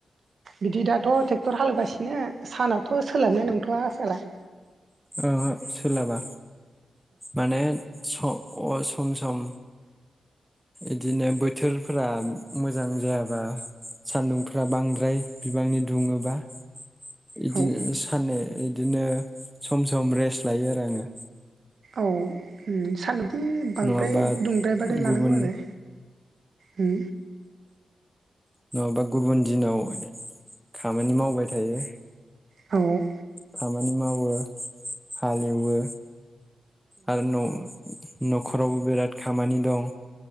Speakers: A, on the right; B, in the centre.
A: बिदि दाथ' ट्रक्टर हालेवगासिनो सानावथ' सोलाबनाय नंथ'वा आसोला
B: ओहो सोलाबा माने स अ सम सम इदिनो बोथोरफोरा मोजां जायाबा सानदुंफ्रा बांद्राय बिबांनि दुङोबा बिदिनो
A: औ
B: साननि बिदिनो सम सम रेस्ट लायो आरो आङो।
A: औ उम सान ए बांद्राय
B: नङाबा
A: गुदुंद्रायबादाय
B: गुबुन
A: लानांगौ आरो ह
B: नङाबा गुबुन दिनाव खामानि मावबाय थायो।
A: औ
B: खामानि मावो हालेवो आरो न' न'खरावबो बिराद खामानि दं।